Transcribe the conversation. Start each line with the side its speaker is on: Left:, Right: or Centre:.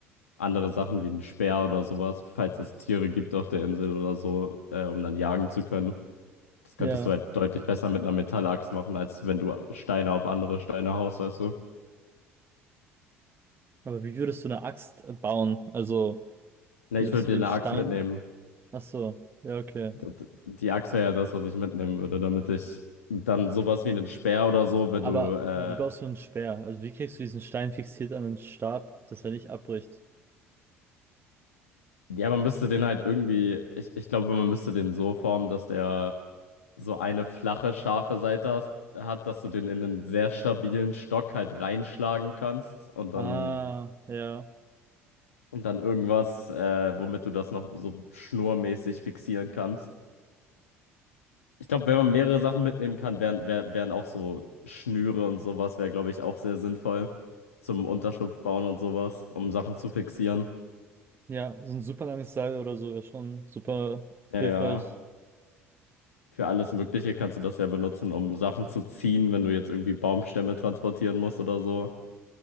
Left: andere Sachen wie einen Speer oder sowas, falls es Tiere gibt auf der Insel oder so, äh, um dann jagen zu können. Das
Right: ja.
Left: könntest du halt deutlich besser mit einer Metallaxt machen, als wenn du Steine auf andere Steine haust, weißt du?
Right: Aber wie würdest du eine Axt äh, bauen? Also,
Left: Ne,
Right: wie
Left: ich
Right: würdest
Left: würde
Right: du
Left: dir
Right: den
Left: eine
Right: Stein?
Left: Axt mitnehmen.
Right: Ach so, ja, okay.
Left: D- d- Die Axt wäre ja das, was ich mitnehmen würde, damit ich dann sowas wie einen Speer oder so, wenn
Right: Aber
Left: du äh,
Right: wie baust du ein Speer? Also, wie kriegst du diesen Stein fixiert an den Stab, dass er nicht abbricht?
Left: Ja, man müsste den halt irgendwie, ich, ich glaube, man müsste den so formen, dass der so eine flache, scharfe Seite hast, hat, dass du den in einen sehr stabilen Stock halt reinschlagen kannst und
Right: Ah,
Left: dann,
Right: ja.
Left: und dann irgendwas, äh, womit du das noch so schnurmäßig fixieren kannst. Ich glaube, wenn man mehrere Sachen mitnehmen kann, wären, wär, wären auch so Schnüre und sowas, wäre, glaube ich, auch sehr sinnvoll zum Unterschlupf bauen und sowas, um Sachen zu fixieren.
Right: Ja, so ein super langes Seil oder so wäre schon super
Left: Ja,
Right: hilfreich.
Left: ja. Für alles Mögliche kannst du das ja benutzen, um Sachen zu ziehen, wenn du jetzt irgendwie Baumstämme transportieren musst oder so.